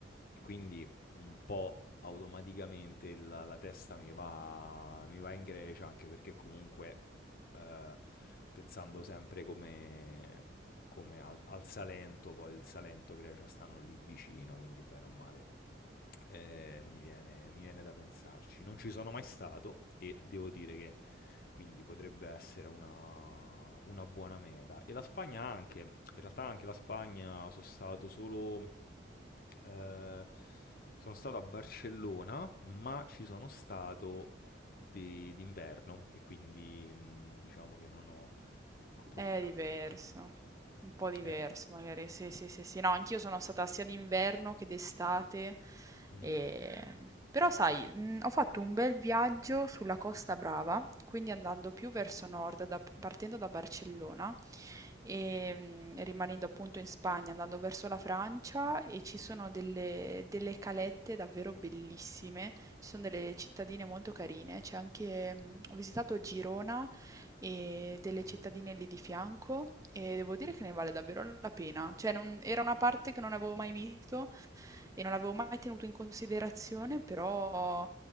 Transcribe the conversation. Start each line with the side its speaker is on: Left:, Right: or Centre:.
Left: e quindi un po' automaticamente la, la testa mi va, mi va in Grecia anche perché comunque eh, pensando sempre come come al, al Salento, poi il Salento e Grecia stanno lì vicino, quindi bene o male. eh, mi viene, mi viene da pensarci. Non ci sono mai stato e devo dire che quindi potrebbe essere una, una buona meta. E la Spagna anche, in realtà anche la Spagna sono stato solo... eh, sono stato a Barcellona, ma ci sono stato di- d'inverno e quindi mm, diciamo che non ho approfittato
Right: È diverso,
Left: del...
Right: un po' diverso
Left: Eh,
Right: magari, sì, sì, sì, sì. No, anch'io sono stata sia d'inverno che d'estate,
Left: mm.
Right: e- però sai, mh, ho fatto un bel viaggio sulla Costa Brava, quindi andando più verso nord, da- partendo da Barcellona e mh, rimanendo appunto in Spagna, andando verso la Francia e ci sono delle, delle calette davvero bellissime, ci sono delle cittadine molto carine, c'è anche, mh, ho visitato Girona e delle
Left: Mh.
Right: cittadine lì di fianco e devo dire che ne vale davvero la pena. Cioè, non- era una parte che non avevo mai visto e non avevo mai tenuto in considerazione, però